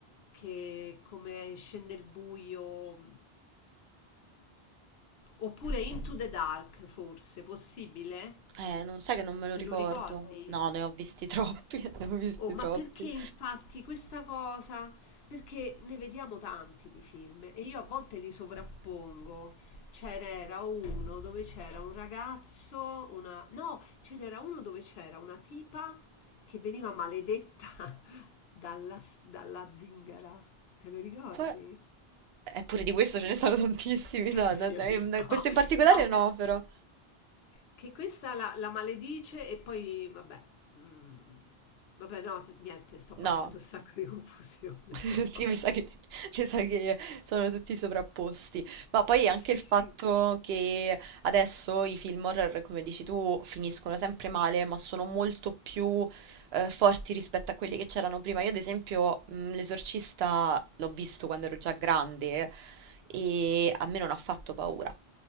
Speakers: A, on the left; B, on the right.
A: che come scende il buio. Oppure Into the Dark, forse, possibile?
B: Eh, non sai che non me lo
A: Te
B: ricordo.
A: lo Non mi ricordo. ricordi?
B: No, ne ho visti troppi, <laughs> ne ho visti
A: Oh, ma
B: troppi.
A: perché infatti questa cosa? Perché ne vediamo tanti di film e io a volte li sovrappongo. C'era uno dove c'era un ragazzo, una... No, ce n'era uno dove c'era una tipa che veniva maledetta <laughs> dalla, dalla zingara. Te lo ricordi?
B: Qua... Eppure di questo ce ne sono tantissimi,
A: <laughs>
B: no,
A: Sì,
B: no,
A: è
B: no,
A: vero,
B: eh, no,
A: no.
B: questo in particolare
A: No, però
B: no, però.
A: Che questa la, la maledice e poi, vabbè, mm, vabbè, no, t- niente, sto
B: No.
A: facendo un sacco di confusione.
B: <laughs>
A: <laughs> no,
B: Sì,
A: vabbè.
B: mi sa che, mi sa che sono tutti sovrapposti. Ma poi anche
A: Sì,
B: il fatto
A: sì,
B: che adesso i film horror, come dici tu, finiscono sempre male, ma sono molto più eh, forti rispetto a quelli che c'erano prima. Io, ad esempio, mh, L'Esorcista l'ho visto quando ero già grande e a me non ha fatto paura.